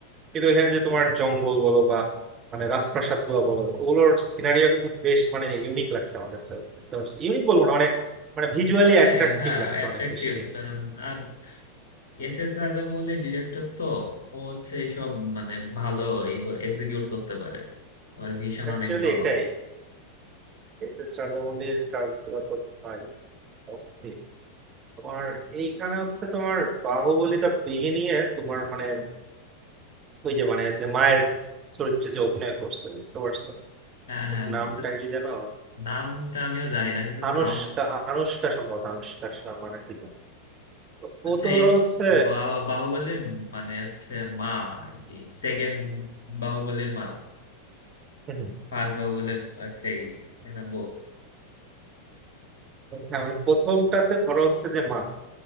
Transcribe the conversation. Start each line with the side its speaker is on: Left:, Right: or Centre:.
Right: কিন্তু এখানে যে তোমার জঙ্গল বলো বা মানে রাজপ্রাসাদ গুলো বলো ওগুলোর সিনারিও কিন্তু বেশ মানে ইউনিক লাগছে আমার কাছে ইউনিক বলবো না মানে মানে ভিজুয়ালি
Left: মানে
Right: অ্যাট্রাকটিভ
Left: হ্যাঁ
Right: লাগছে
Left: অ্যাট্রাকটিভ
Right: অনেক বেশি
Left: কারণ আর এস এস রাজামৌলি ডিরেক্টর তো ও হচ্ছে এইসব মানে ভালো এক্সিকিউট করতে পারে ওর ভিশন
Right: অ্যাকচুয়ালি
Left: অনেক ভালো
Right: এটাই এস এস রাজামৌলির কাজগুলো তো ভাই অস্থির তোমার এইখানে হচ্ছে তোমার বাহুবলী দা বিগিনিং এ তোমার মানে ওই যে মানে যে মায়ের চরিত্রে যে অভিনয় করছে বুঝতে পারছো
Left: হ্যাঁ
Right: ওর
Left: হ্যাঁ
Right: নামটা
Left: ওটা স-
Right: কি যেন
Left: নামটা আমিও জানি না কিন্তু
Right: আনুষ্কা
Left: সাউথ
Right: আনুষ্কা সম্ভবত আনুষ্কা শর্মা নাকি যেন। তো
Left: আচ্ছা
Right: ও তো ধরো
Left: এই
Right: হচ্ছে
Left: বা- বাহুবলীর মানে হচ্ছে মা আর কি সেকেন্ড বাহুবলীর মা
Right: হুম হুম।
Left: ফার্স্ট বাহুবলীর হচ্ছে এই তাই না, বউ
Right: হ্যাঁ মানে প্রথমটাতে ধরো হচ্ছে যে মা